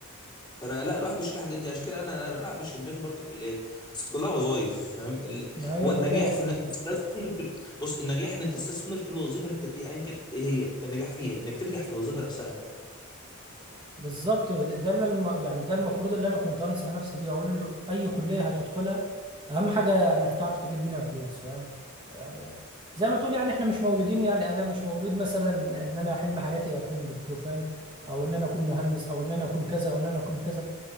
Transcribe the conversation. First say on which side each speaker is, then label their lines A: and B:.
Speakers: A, on the left; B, on the right.
A: فانا لا الواحد بيشوف الحاجات دي عشان كده انا انا لا مش في دماغي برضه كليات بس كلها وظايف فاهم ال...
B: ما هي
A: هو
B: كلها
A: النجاح في انك تستثمر في... بص النجاح انك تستثمر في الوظيفه اللي انت فيها ايا كانت ايه هي النجاح فيها انك تنجح في الوظيفه نفسها
B: بالظبط ده اللي الم... يعني ده المفروض اللي انا كنت انصح نفسي بيه اقول له اي كليه هتدخلها اهم حاجه انك تعرف تجيب منها فلوس فاهم يعني زي ما تقول يعني احنا مش مولودين يعني انا مش مولود مثلا ان انا حلم حياتي اكون دكتور فاهم او ان انا اكون مهندس او ان انا اكون كذا وان انا اكون كذا